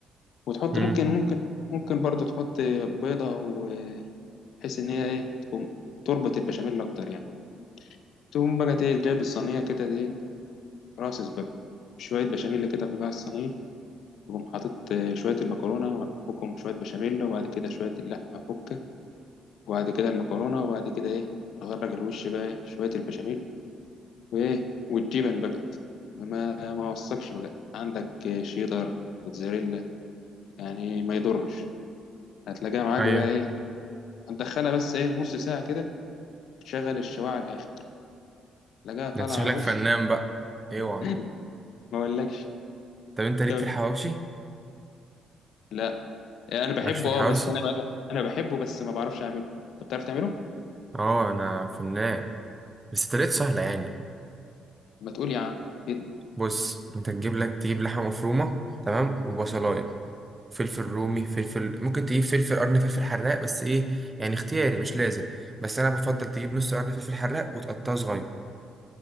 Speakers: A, on the left; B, on the right.
A: وتحط
B: امم
A: ممكن ممكن ممكن برضو تحط بيضة أو بحيث ان هي ايه تقوم تربط البشاميل اكتر يعني تقوم بقى ايه جايب الصينيه كده ايه راس بقى شويه بشاميل كده فوق الصينيه تقوم حاطط آه، شويه المكرونه فوقهم شويه بشاميل وبعد كده شويه اللحمه فوقها وبعد كده المكرونه وبعد كده ايه نغرق الوش بقى إيه؟ شويه البشاميل وايه والجبن بقى ما ما وصكش بقى عندك آه، شيدر موتزاريلا يعني ما يضرش هتلاقيها معاك
B: ايوه
A: بقى ايه هتدخلها بس ايه نص ساعه كده وتشغل الشوايه على الاخر تلاقيها طالعه
B: ده انت شكلك
A: بص
B: فنان بقى اوعى
A: <laughs> ما اقولكش
B: طب انت ليك
A: طب
B: في الحواوشي
A: لا انا بحبه
B: مالكش في الحواوشي
A: اه بس انا انا بحبه بس ما بعرفش اعمله انت بتعرف تعمله
B: اه انا فنان بس طريقته سهله يعني
A: ما تقول يا عم فيدني
B: بص انت تجيب لك تجيب لحمه مفرومه تمام وبصلايه فلفل رومي فلفل ممكن تجيب فلفل قرن فلفل حراق بس ايه يعني اختياري مش لازم بس انا بفضل تجيب نص قرن فلفل حراق وتقطعه صغير